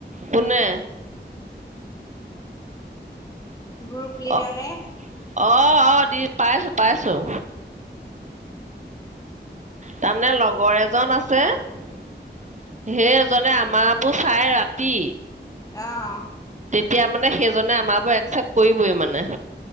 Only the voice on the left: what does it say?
গ্ৰুপ লিডাৰে
উম।
আহ